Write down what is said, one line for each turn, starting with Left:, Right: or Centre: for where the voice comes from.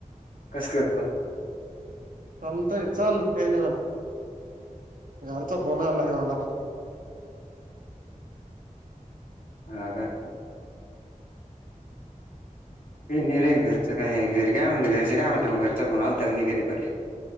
Left: कस करत
Right: चालतय चाल काही नाही मण घरचा फोन आलाय मला
Left: ह का ए नाही रे घरचं काय घरी काय म्ह घरी काय म्ह मग घरचा पण आल का शिकलेली पहिले